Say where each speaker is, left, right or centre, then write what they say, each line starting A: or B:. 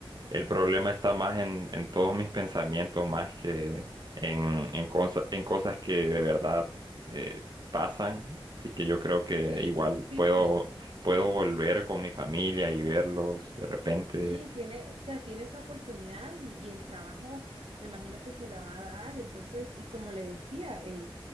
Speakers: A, on the right (about 50°); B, on the right (about 80°).
A: el problema está más en, en todos mis pensamientos, más que en, en, cosa- en cosas que de verdad eh, pasan. Así que yo creo que
B: sí,
A: igual
B: sí,
A: puedo,
B: sí.
A: puedo volver con mi familia y verlos de repente.
B: Sí, tiene, o sea, tiene esa oportunidad y, y el trabajo me imagino que se la va a dar. Entonces, y como le decía, eh,